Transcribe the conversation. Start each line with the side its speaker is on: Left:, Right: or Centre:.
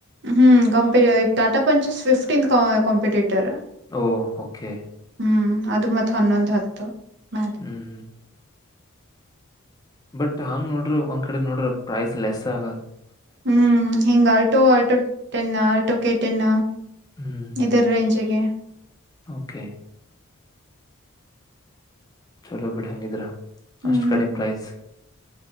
Right: ಹ್ಮ್ ಕಂಪಿ ಟಾಟಾ ಪಂಚಸ್ ಫಿಫ್ಟೀನ್ತ್ ಕಾಂಪಿಟೇಟರ್
Left: ಓ ಓಕೆ
Right: ಹ್ಮ್ ಅದು ಮತ್ತತ್ ಹನ್ನೊಂದು್ ಹತ್ತು ಮ್ಯಾಲ
Left: ಹ್ಮ್ ಹ್ಮ್ ಬಟ್ ಹಂಗ್ ನೋಡ್ರಿ ಒಂದ್ ಕಡೆ ನೋಡ್ರ ಪ್ರೈಸ್ ಲೆಸ್ ಆಗತ್
Right: ಹ್ಮ್ ಹೆಿಂಗ್ ಆಲ್ಟೋ ಆಲ್ಟೋ ಟೆನ್ ಆಲ್ಟೋಗೆ ಟೆನ್
Left: ಹ್ಮ್ ಹ್ಮ್
Right: ಇದರ ರೇಂಜಗೆ
Left: ಓಕೆ ಚಲೋ ಬಿೇಡ ಹೆಂಗಿದ್ರ
Right: ಹ್ಮ್
Left: ಅಷ್ಟು ಕಡಿಮ ಪ್ರೈಸ್